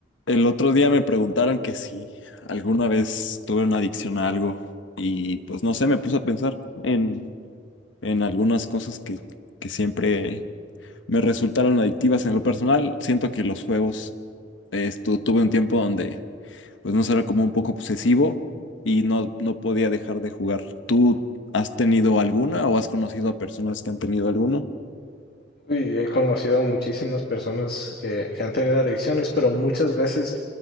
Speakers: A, on the left; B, on the left.
A: El otro día me preguntaron que si alguna vez tuve una adicción a algo y pues no sé, me puse a pensar en, en algunas cosas que, que siempre me resultaron adictivas. En lo personal, siento que los juegos, esto, tuve un tiempo donde pues no sé, era como un poco obsesivo y no, no podía dejar de jugar. ¿Tú has tenido alguna o has conocido a personas que han tenido alguna?
B: Uy, he conocido a muchísimas personas que, que han tenido adicciones, pero muchas veces